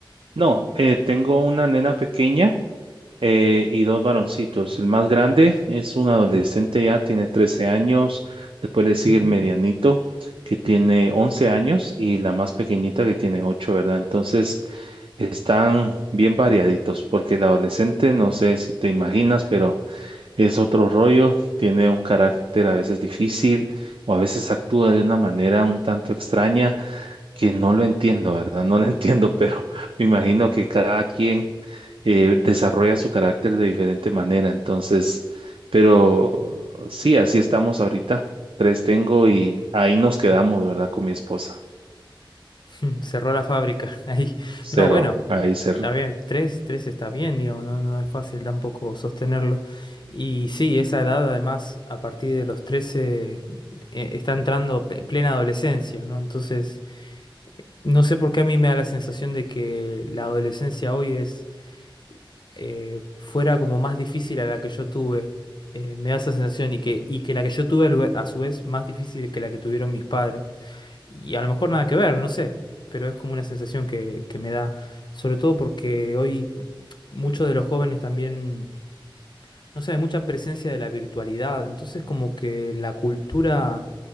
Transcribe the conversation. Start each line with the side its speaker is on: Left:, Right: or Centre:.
Right: No, eh, tengo una nena pequeña eh, y dos varoncitos. El más grande es un adolescente ya, tiene 13 años. Después le sigue
Left: Ujú.
Right: el medianito, que tiene 11 años, y la más pequeñita que tiene 8, ¿verdad? Entonces, están bien variaditos, porque el adolescente, no sé si te imaginas, pero es otro rollo, tiene un carácter a veces difícil o a veces actúa de una manera un tanto extraña que no lo entiendo, ¿verdad? No lo <laughs> entiendo, pero me imagino que cada quien eh, desarrolla su carácter de diferente manera. Entonces, pero sí, así estamos ahorita. Tres tengo y ahí nos quedamos, ¿verdad? Con mi esposa.
Left: <laughs> Cerró la fábrica <laughs> ahí.
Right: Cerro,
Left: No, bueno,
Right: ahí cerro.
Left: está bien, tres, tres está bien, digamos, no, no es fácil tampoco sostenerlo. Y sí, esa edad además, a partir de los 13 eh, está entrando pe- plena adolescencia, ¿no? Entonces, no sé por qué a mí me da la sensación de que la adolescencia hoy es eh, fuera como más difícil a la que yo tuve. Eh, me da esa sensación y que, y que la que yo tuve a lu- a su vez más difícil que la que tuvieron mis padres. Y a lo mejor nada que ver, no sé, pero es como una sensación que, que me da, sobre todo porque hoy muchos de los jóvenes también, no sé, hay mucha presencia de la virtualidad, entonces como que la cultura,